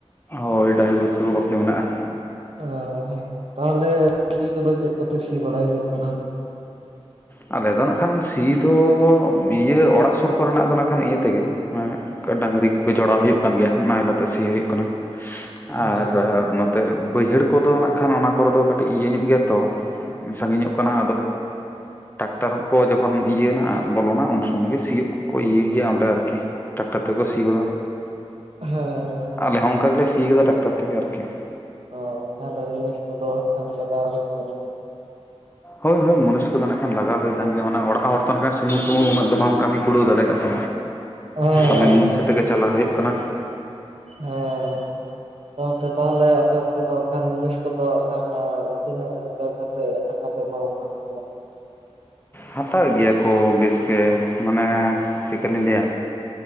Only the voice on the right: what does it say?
ᱚ ᱛᱟᱦᱚᱞᱮ ᱥᱤ ᱠᱚᱫᱚ ᱪᱮᱫ ᱠᱚᱛᱮ ᱥᱤ ᱵᱟᱲᱟᱭ ᱦᱩᱭᱩᱜ ᱠᱟᱱᱟ
ᱚ
ᱦᱮᱸ
ᱚ ᱛᱟᱦᱚᱞᱮ ᱢᱩᱱᱤᱥ ᱠᱚᱫᱚ ᱦᱟᱜ ᱠᱷᱟᱱ ᱞᱟᱜᱟᱣ ᱦᱩᱭ ᱠᱟᱱᱟ
<unintelligible>
ᱦᱮᱸ ᱟᱯᱮ ᱚᱱᱛᱮ ᱛᱟᱦᱚᱞᱮ ᱟᱯᱮ ᱚᱱᱛᱮ ᱫᱚ ᱠᱷᱟᱱ ᱢᱩᱱᱤᱥ ᱠᱚᱫᱚ ᱦᱟᱜ ᱠᱷᱟᱱ ᱛᱤᱱᱟᱹᱜ ᱴᱟᱠᱟ ᱯᱮ ᱮᱢᱟ ᱠᱚ ᱠᱷᱟᱱ ᱜᱮ